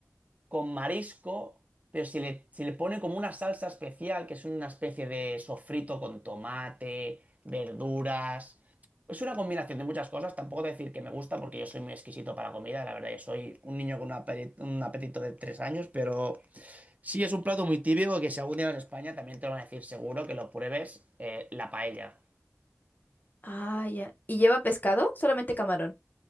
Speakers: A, on the right; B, on the left.
A: con marisco, pero se le, se le pone como una salsa especial, que es una especie de sofrito con tomate, verduras. Es una combinación de muchas cosas. Tampoco te voy a decir que me gusta porque yo soy muy exquisito para la comida. La verdad, yo soy un niño con un ape- un apetito de tres años, pero sí es un plato muy típico que si algún día en España también te lo van a decir seguro que lo pruebes, eh, la paella.
B: Ah, ya. ¿Y lleva pescado? Solamente camarón.